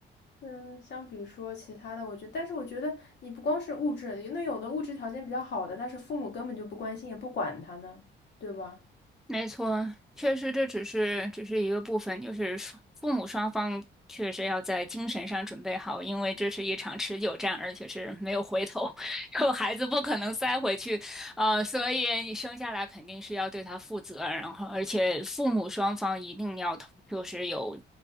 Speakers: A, on the left; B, in the centre.
A: 嗯，相比说其他的，我觉得，但是我觉得你不光是物质，那有的物质条件比较好的，但是父母根本就不关心，也不管他呢，对吧？
B: 没错，确实这只是只是一个部分，就是双父母双方确实要在精神上准备好，因为这是一场持久战，而且是没有回头，<laughs> 后孩子不可能塞回去，啊，所以你生下来肯定是要对他负责，然后而且父母双方一定要同就是有